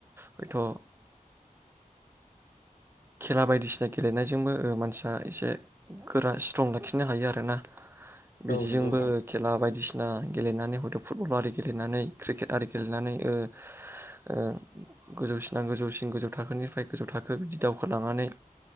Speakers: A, on the right (about 15°); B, on the left (about 80°).
A: हयथ' खेला बायदिसिना गेलेनायजोंबो मानसिया एसे गोरा स्ट्रं लाखिनो हायो आरोना। बिदिजोंबो
B: औ नंगौ नोंथां
A: खेला बायदिसिना खेला गेलेनानै हयथ' फुटबल आरि गेलेनानै क्रिकेट आरि गेलेनानै ओ ओ गोजौसिना गोजौसिन गोजौ थाखोनिफ्राय गोजौ थाखो बिदि दावखोलांनानै